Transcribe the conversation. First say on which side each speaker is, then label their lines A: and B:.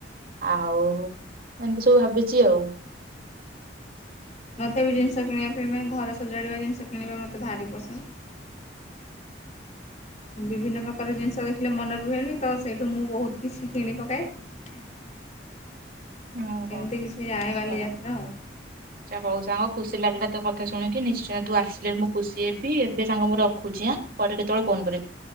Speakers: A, on the right; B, on the left.
A: ଆଉଉ ଏମିତି ସବୁ ଭାବିଛି ଆଉ
B: ମତେ ବି ଜିନିଷ କିଣିବା ପାଇଁ ମାନେ ଘର ସ ସଜାଡ଼ିବା ଜିନିଷ କିଣିବା ମୋତେଭାରି ପସନ୍ଦ୍। ବିଭିନ୍ନ ପ୍ରକାର ଜିନିଷ ଦେଖିଲେ ମନେ ରୁହେନି ତ ସେଇଠୁ ମୁଁ ବହୁତ କିଛି କିଣି ପକାଏ।
A: ଓହୋଃ
B: ଏମିତି
A: ଆଛା
B: କିଛି ଯାଏ ବାଲିଯାତ୍ରା
A: ଆଛା
B: ଆଉ
A: ହଉ ସାଙ୍ଗ ଖୁସି ଲାଗିଲା ତୋ କଥା ଶୁଣିକି ନିଶ୍ଚୟ ତୁ ଆସିଲେ ମୁଁ ଖୁସି ହେବି ଏବେ ସାଙ୍ଗ ମୁଁ ରଖୁଛି ଆଁ ପରେ କେତେବେଳେ ଫୋନ କରିବି।